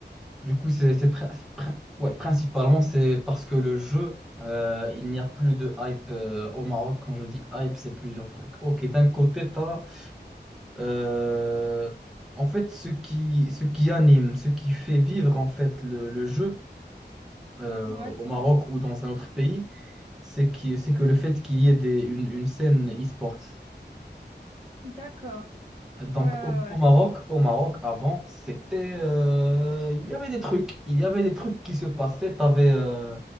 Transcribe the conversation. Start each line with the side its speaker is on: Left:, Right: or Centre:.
Centre: du coup, c'est c'est pri- pri- ouais, principalement c'est parce que le jeu, euh, il n'y a plus de hype euh, au Maroc. Quand je dis hype, c'est plusieurs trucs. Ok, d'un côté, t'as euh, en fait ce qui, ce qui anime, ce qui fait vivre en fait le le jeu. euh,
Right: Ouais,
Centre: au
Right: c'est
Centre: Maroc
Right: quoi?
Centre: ou dans un autre pays, c'est que, c'est que le fait qu'il y ait des, une, une scène e-sport.
Right: D'accord.
Centre: Donc
Right: Ouais, ouais,
Centre: au, au Maroc, au Maroc, avant, c'était, euh, il y avait des trucs, il y avait des trucs qui se passaient. T'avais, euh,